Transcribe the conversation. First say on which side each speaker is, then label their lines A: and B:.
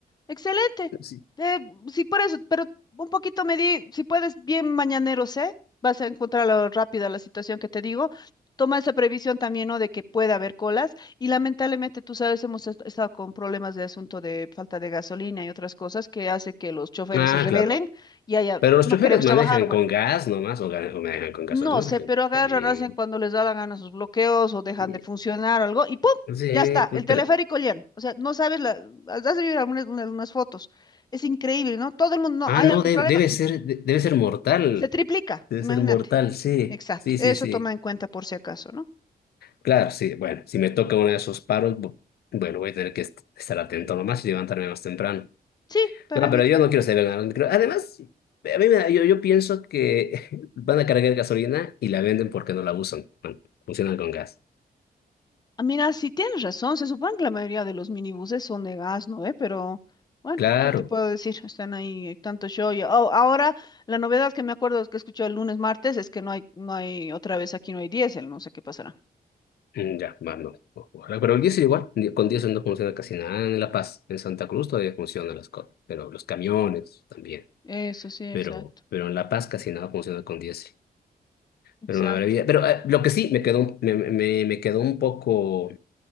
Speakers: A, on the left; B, on the left.
A: Excelente.
B: Sí.
A: Eh, sí, por eso, pero un poquito me di, si puedes, bien mañaneros, ¿eh? Vas a encontrarlo rápida la situación que te digo. Toma esa previsión también, ¿no? De que puede haber colas. Y lamentablemente, tú sabes, hemos est- estado con problemas de asunto de falta de gasolina y otras cosas que hace que los choferes
B: Ah,
A: se rebelen
B: claro.
A: y haya,
B: Pero los
A: no
B: choferes
A: queremos
B: manejan
A: trabajar,
B: con gas nomás o gan- o manejan con gasolina,
A: no sé,
B: no manejan
A: pero
B: con
A: agarran,
B: gasolina.
A: hacen cuando les da la gana sus bloqueos o dejan
B: Sí,
A: de funcionar o algo y ¡pum!
B: Sí,
A: Ya está,
B: pues,
A: el teleférico
B: pero-
A: lleno. O sea, no sabes, la, has de ver algunas, una- unas fotos. Es increíble, ¿no? Todo el mundo,
B: ah,
A: no, hay
B: no,
A: algún
B: de-
A: problema,
B: debe ser, de- debe ser mortal
A: se triplica,
B: Debe
A: imagínate.
B: ser mortal, sí,
A: Exacto,
B: sí,
A: eso
B: sí, sí.
A: toma en cuenta por si acaso, ¿no?
B: Claro, sí, bueno, si me toca uno de esos paros, bu- bueno, voy a tener que est- estar atento nomás y levantarme más temprano.
A: Sí, para
B: No,
A: evitar.
B: pero yo no quiero ser nada. no creo- Además, a mí me da- yo, yo pienso que <laughs> van a cargar gasolina y la venden porque no la usan. Bueno, funcionan con gas.
A: Ah, Mira, sí tienes razón, se supone que la mayoría de los minibuses son de gas, ¿no? ¿Eh? Pero, bueno,
B: Claro,
A: ¿qué te puedo decir? Están ahí, hay tanto show. y- oh, ahora, la novedad que me acuerdo es que escuché el lunes, martes, es que no hay, no hay, otra vez aquí no hay diésel, no sé qué pasará.
B: mm, ya, va, no. o- ojalá, Pero el diésel igual, ni- con diésel no funciona casi nada en La Paz. En Santa Cruz todavía funcionan las cosas, pero los camiones también.
A: Eso sí, exacto,
B: Pero, pero en La Paz casi nada funciona con diésel.
A: exacto.
B: Pero una maravilla. Pero eh, lo que sí me quedó, un- me, me, me quedó un poco,